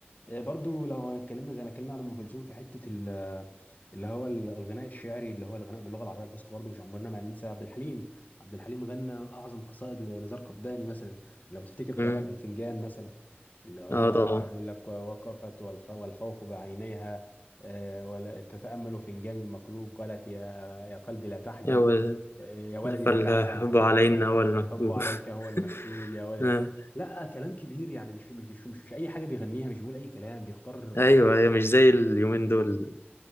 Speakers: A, on the left (about 45°); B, on the left (about 80°).
A: آه، برضو لو اتكلمنا زي ما اتكلمنا عن ام كلثوم في حته ال- اللي هو ال- الغناء الشعري اللي هو الغناء باللغه العربيه الفصحى برضو مش عمرنا ما هننسى عبد الحليم عبد الحليم غنى اعظم قصائد لنزار قباني مثلا لو تفتكر
B: مم.
A: قراءه الفنجان مثلا اللي هو
B: اه طبعا
A: بيقول لك وقفت والخ- والخوف بعينيها آه، ولا تتامل فنجان المقلوب قالت يا يا قلبي لا تحزن
B: هو
A: آه، يا ولدي
B: فالحب
A: لا تحزن
B: علينا هو المكتوب
A: الحب عليك هو المكتوب
B: <laughs>
A: يا ولد
B: آه.
A: لا كلام كبير يعني مش مش مش, مش اي حاجه بيغنيها مش بيقول اي كلام بيختار
B: ايوه هي مش زي اليومين دول